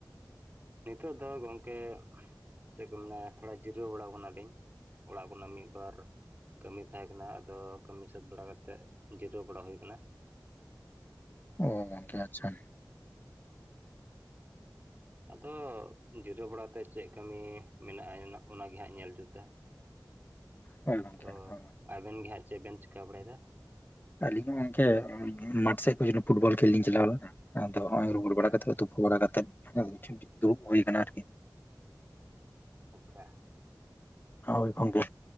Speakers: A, on the right (about 25°); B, on the left (about 25°).
A: ᱱᱤᱛᱚᱜ ᱫᱚ ᱜᱚᱝᱠᱮ ᱪᱮᱫ ᱠᱚ ᱢᱮᱱᱟ ᱛᱷᱚᱲᱟ ᱡᱤᱨᱟᱹᱣ ᱵᱟᱲᱟᱣ ᱠᱟᱱᱟ ᱞᱤᱧ᱾ ᱚᱲᱟᱜ ᱠᱷᱚᱱᱟᱜ ᱢᱤᱫ ᱵᱟᱨ ᱠᱟᱹᱢᱤ ᱛᱟᱦᱮᱸ ᱠᱟᱱᱟ ᱟᱫᱚ ᱠᱟᱹᱢᱤ ᱥᱟᱹᱛ ᱵᱟᱲᱟ ᱠᱟᱛᱮᱜ ᱡᱤᱨᱟᱹᱣ ᱵᱟᱲᱟ ᱦᱩᱭ ᱠᱟᱱᱟ᱾
B: ᱚ ᱜᱚᱝᱠᱮ ᱟᱪᱪᱷᱟ
A: ᱟᱫᱚ ᱡᱤᱨᱟᱹᱣ ᱵᱟᱲᱟᱛᱮ ᱪᱮᱜ ᱠᱟᱹᱢᱤ ᱢᱮᱱᱟᱜᱼᱟ ᱚᱱᱟ ᱜᱮ ᱦᱟᱸᱜ ᱧᱮᱞ ᱡᱩᱛᱟ᱾
B: ᱦᱳᱭ ᱜᱚᱝᱠᱮ
A: ᱛᱚ,
B: ᱚ᱾
A: ᱟᱵᱮᱱ ᱜᱮ ᱦᱟᱸᱜ ᱪᱮᱜ ᱵᱮᱱ ᱪᱤᱠᱟ ᱵᱟᱲᱟᱭ ᱫᱟ᱾
B: ᱟᱹᱞᱤᱧ ᱦᱚᱸ ᱜᱚᱝᱠᱮ ᱢᱟᱴᱷ ᱥᱮᱫ ᱯᱷᱩᱴᱵᱚᱞ ᱠᱷᱮᱞ ᱞᱤᱧ ᱪᱟᱞᱟᱣ ᱞᱮᱱᱟ᱾ ᱟᱫᱚ ᱦᱚᱸᱜ-ᱚᱭ ᱨᱩᱣᱟᱹᱲ
A: ᱦᱳᱭ
B: ᱵᱟᱲᱟ ᱠᱟᱛᱮᱜ ᱛᱩᱯᱩ ᱵᱟᱲᱟ ᱠᱟᱛᱮᱫ᱾ ᱦᱮᱸ <unintelligible> ᱫᱩᱲᱩᱵ ᱦᱩᱭ ᱠᱟᱱᱟ ᱟᱨᱠᱤ
A: ᱟᱪᱪᱷᱟ
B: ᱦᱳᱭ ᱜᱚᱝᱠᱮ